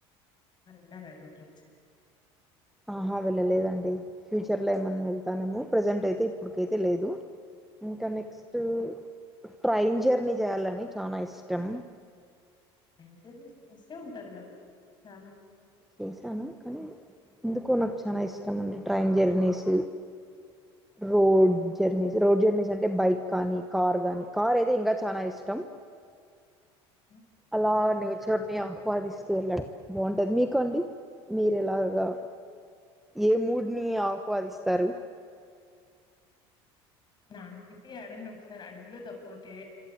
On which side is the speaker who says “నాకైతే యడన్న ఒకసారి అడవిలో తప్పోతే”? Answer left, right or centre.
Left